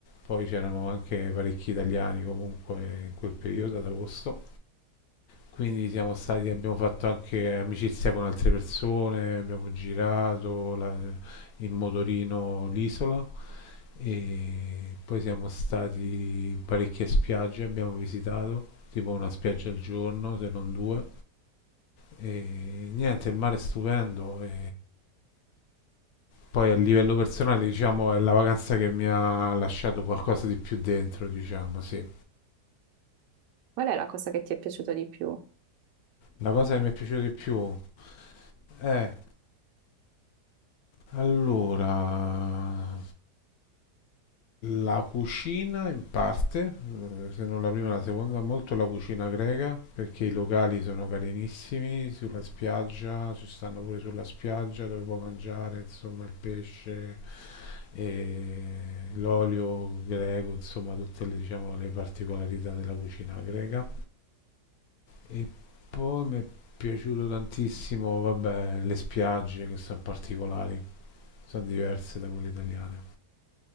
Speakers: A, on the left; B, on the right.
A: poi c'erano anche parecchi italiani comunque in quel periodo ad agosto, quindi siamo stati, abbiamo fatto anche amicizia con altre persone, abbiamo girato la- in motorino l'isola e poi siamo stati in parecchie spiagge, abbiamo visitato tipo una spiaggia al giorno, se non due, e niente, il mare è stupendo. E poi a livello personale, diciamo, è la vacanza che mi ha lasciato qualcosa di più dentro, diciamo, sì.
B: qual è la cosa che ti è piaciuta di più?
A: La cosa che mi è piaciuta di più è allora la cucina in parte, eh, se non la prima, la seconda, molto la cucina greca, perché i locali sono carinissimi sulla spiaggia, ci stanno pure sulla spiaggia dove puoi mangiare, insomma, il pesce e l'olio greco, insomma tutte le, diciamo, le particolarità della cucina greca. E poi mi è piaciuto tantissimo, vabbè, le spiagge che sono particolari, sono diverse da quelle italiane.